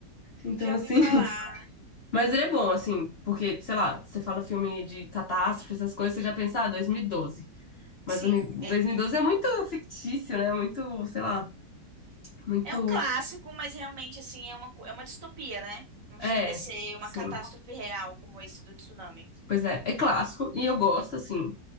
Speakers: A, on the left (about 55°); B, on the right (about 55°).
A: Então,
B: já
A: assim.
B: ouvi falar.
A: <laughs> Mas ele é bom, assim, porque, sei lá, você fala filme de catástrofe, essas coisas, você já pensa, ah, 2012. Mas
B: Sim,
A: 2000
B: é,
A: 2012 é muito fictício, né? Muito, sei lá, muito.
B: é um clássico, mas realmente assim é uma, co- é uma distopia, né? Não
A: É,
B: chega a ser uma
A: sim.
B: catástrofe real como esse do tsunami.
A: Pois é, é clássico e eu gosto, assim.